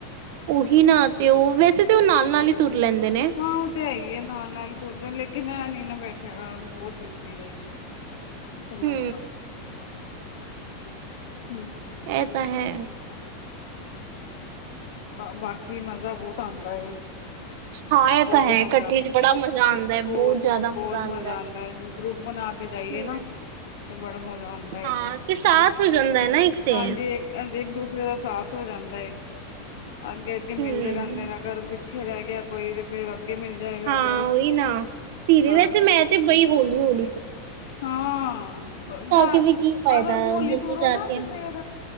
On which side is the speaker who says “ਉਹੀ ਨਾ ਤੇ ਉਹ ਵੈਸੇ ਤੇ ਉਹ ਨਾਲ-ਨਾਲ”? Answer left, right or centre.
Right